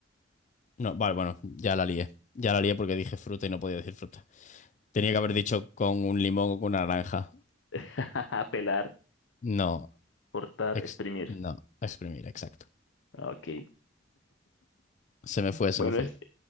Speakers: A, on the left; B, on the left.
A: No, vale, bueno, ya la lié. Ya la lié porque dije fruta y no podía decir fruta. Tenía que haber dicho con un limón o con una naranja.
B: <laughs> pelar,
A: No,
B: cortar,
A: ex-
B: exprimir.
A: no, exprimir, exacto.
B: Ok.
A: Se me fue,
B: Bueno,
A: se me fue.
B: es,